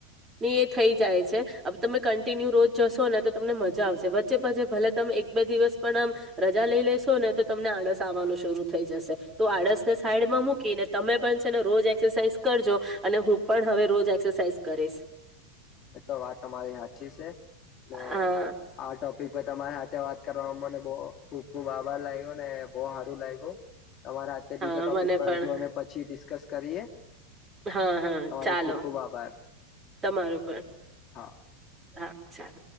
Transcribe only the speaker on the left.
તો વાત તમારી હાચી છે મે
આ ટોપિક તમારા તે વાત કરવામાં મને બ ખબ ખુબ આભાર લાગ્યો ને બહ હારું લાઈગુ. તમારા
બીજા ટોપિક
પર
હ અમે પછી ડિસ્કસ કરીએ.
તમારું
ખુબ ખુબ આભાર
હા